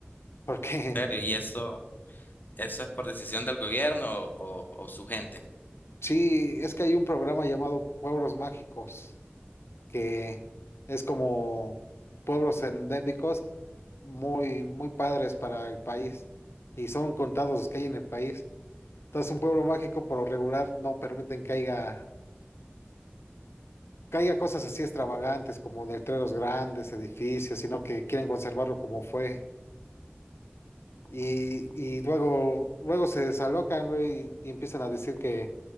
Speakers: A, on the left; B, on the left.
A: porque
B: serio, y eso, eso es por decisión del gobierno o, o su gente.
A: <laughs> sí, es que hay un programa llamado Pueblos Mágicos, que es como pueblos endémicos muy, muy padres para el país, y son contados los que hay en el país. Entonces un pueblo mágico por lo regular no permiten que haya, que haya cosas así extravagantes como letreros grandes, edificios, sino que quieren conservarlo como fue. Y, y luego, luego se desalocan, güey, y, y empiezan a decir que